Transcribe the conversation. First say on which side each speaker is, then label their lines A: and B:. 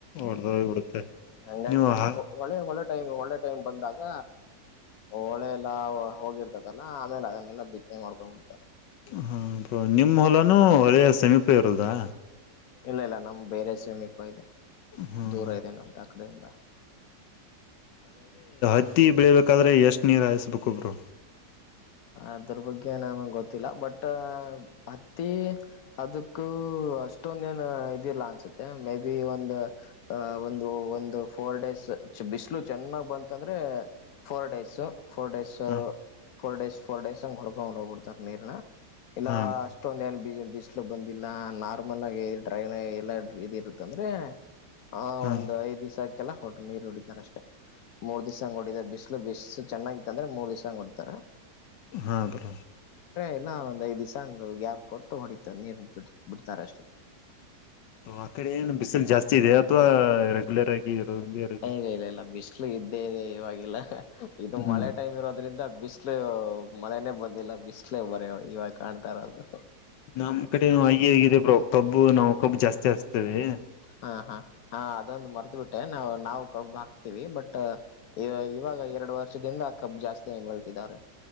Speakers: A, on the left; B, on the left.
A: ಹೊಡೆದೋಗಿ ಬಿಡುತ್ತೆ
B: ಹಂಗಾಗಿ
A: ನೀವು ಹಾ-
B: ಒಳ್ಳೆ ಹೊಳ ಟೈಮ್ ಒಳ್ಳೆ ಟೈಮ್ ಬಂದಾಗ ಹಳೆ ಎಲ್ಲಾ ಹೋಗಿರ್ತದಲ್ಲಾ ಆಮೇಲೆ ಅದನ್ನೆಲ್ಲಾ ಬಿತ್ತನೆ ಮಾಡ್ಕೊಂಡ್ ಬಿಡ್ತಾರೆ
A: ಹಾ ನಿಮ್ಮ ಹೊಲಾನೂ ಒಳ್ಳೆಯ ಸಮೀಪ ಇರೋದಾ
B: ಇಲ್ಲ ಇಲ್ಲ ನಮ್ ಬೇರೆ ಸಮವೀಪ ತ ಇದೆ
A: ಹ್ಮ್.
B: ದೂರ ಇದೆ ನಮ್ದು ಆ ಕಡೆಯಿಂದ
A: ಕತ್ತಿ ಬೆಳೀಬೇಕಾದ್ರೆ ಎಷ್ಟು ನೀರುಾಯಿಸ್ಬೇಕು ಒಬ್ರು
B: ಅದ್ರ ಬಗ್ಗೆ ನಮಗೆ ಗೊತ್ತಿಲ್ಲ ಬಟ್ ಅತ್ತಿ ಅದಕ್ಕೂ ಅಷ್ಟು ಅಷ್ಟೊಂದ ಏನ್ ಇದಿಲ್ಲ ಅನ್ಸುತ್ತೆ ಮೇ ಬಿ ಒಂದು ಒಂದು ಒಂದು ಫೋರ್ ಡೇಸ್ ಬಿಸಿಲು ಚೆನ್ನಾಗ್ ಬಂತ ಅಂದ್ರೆ ಫೋರ್ ಡೇಸ್ ಫೋರ್ ಡೇಸ್
A: ಹಾಂ
B: ಫೋರ್ ಡೇಸ್ ಫೋರ್ ಡೇಸ್ ಹಂಗ ಹುಡ್ಕೊಂಡ ಹೋಗಿಡ್ತಾರ್ ನೀರ್ನ ಇಲ್ಲ
A: ಹಾಂ
B: ಅಷ್ಟೊಂದ ಏನ್ ಬೀಜ ಬಿಸ್ಲು ಬಂದಿಲ್ಲ ನಾರ್ಮಲ್ ಆಗಿ ಡ್ರೈ ಎಲ್ಲ ಇದ ಇರುತ್ತ ಅಂದ್ರೆ ಹಾ
A: ಹಾಂ
B: ಒಂದು ಐದ್ ದಿವ್ ಆ ಲ್ಲ ಹೊರು ನೀರು ಹೊಡಿತಾರೆ ಅಷ್ಟೇ ಮೂರ್ ದಿವ್ ಹೊಡಿದ ಬಿಸ್ಲು ಬಿಸ್ಲು ಚೆನ್ನಾಗಿತ್ತು ಅಂದೆ ಮೂರ್ ದಿವ್ ಹೊಡ ತ್ತರ
A: ಹಾ ಬರ
B: ಇನ್ನ ಒಂದ್ ಐದ ದಿವ್ಸ ಹಂಗ ಗ್ಯಾಪ್ ಕೊಟ್ಟು ಹೊಡಿತಾರೆ ನೀರ್ ಬಿಡ್ ಬಿಡ್ತಾರ ಅಷ್ಟೇ
A: ಆ ಕಡೆ ಏನು ಬಿಸಿಲು ಜಾಸ್ತಿ ಇದೆ ಅಥವಾ ರೆಗ್ಯಲರ್ ಆಗಿ ಇರೋದೇ ಇರೋದು
B: ಇಲ್ಲ ಇಲ್ಲ ಇಲ್ಲ ಬಿಸ್ಲು ಇದ್ದೇ ಇದೆ ಇವಾಗಿಲ್ಲ ಇದು
A: ಹ್ಮ್
B: ಮಳೆ ಟೈಮ್ ಇರೋದ್ರಿಂದ ಬಿಸಿಲು ಮಳೆನೇ ಬಂದಿಲ್ಲ ಬಿಸಲೇ ಬರ ಇವಾಗ ಕಾಣ್ತಾ ಇರೋದು
A: ನಮ್ಮ್ ಕಡೆ ಹಿ ಹೇಗಿದೆ ಬ ಕಬ್ಬು ನಾವು ಕಬ್ಬು ಜಾಸ್ತಿ ಆಸ್ತದೆ
B: ಹಾ ಹಾ ಹಾ ಅದೊಂದು ಮರ್ತ ಬಿಟ್ಟೆ ನಾವು ನಾವು ಕಬ್ಬು ಹಾಕ್ತಿವಿ ಬಟ್ ಇವಾಗ ಎರಡು ವರ್ಷದಿಂದ ಕಬ್ ಜಾಸ್ತಿಯ ಬೆಳೀತಿದ್ದಾರೆ